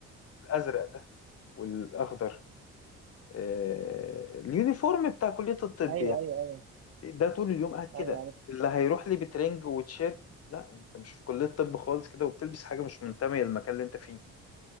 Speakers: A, on the left; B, on the right.
A: الازرق ده والاخضر آه، اليونيفورم بتاع كلية الطب
B: ايوه
A: يعني
B: ايوه ايوه
A: ده طول اليوم قاعد كده
B: ايوه عارف
A: اللي هيروح لي بترنج وتشيرت لا انت مش في كلية طب خالص كده وبتلبس حاجة مش منتمية للمكان اللي انت فيه